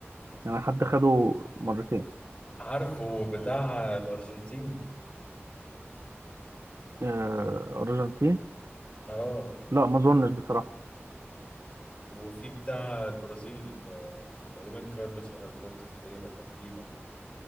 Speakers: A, on the right; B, on the left.
A: يعني حد خده مرتين
B: عارفه بتاع الارجنتين
A: آه أرجنتين
B: اه
A: لا ما اظنش بصراحة
B: وفي بتاع البرازيل آه، تقريبا كارلوس البرتو فريرا تقريبا